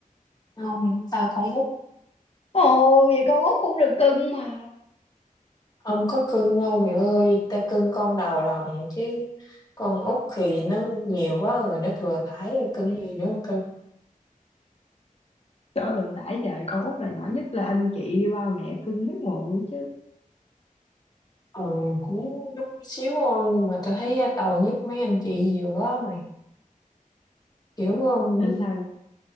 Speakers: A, on the left (about 25°); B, on the left (about 45°).
A: Không, tao con út
B: ồ vậy con út cũng được cưng mà
A: không có cưng đâu mẹ ơi. Tao cưng con đầu lòng chứ. Con út thì nó nhiều quá rồi, nó thừa thãi rồi, cưng gì nữa mà cưng.
B: trời ơi đã trời con út là nhỏ nhất là anh chị ba mẹ cưng hết muộn chứ
A: Ừ, cũng chút xíu thôi nhưng mà tao thấy tội nhất mấy anh chị giữa á mày kiểu um,
B: à, sao